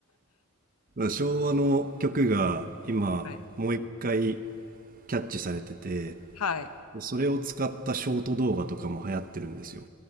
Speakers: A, on the right; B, on the left.
A: 昭和の曲が今もう一回
B: <laughs> はい。
A: キャッチされてて
B: はい
A: でそれを使ったショート動画とかも流行ってるんですよ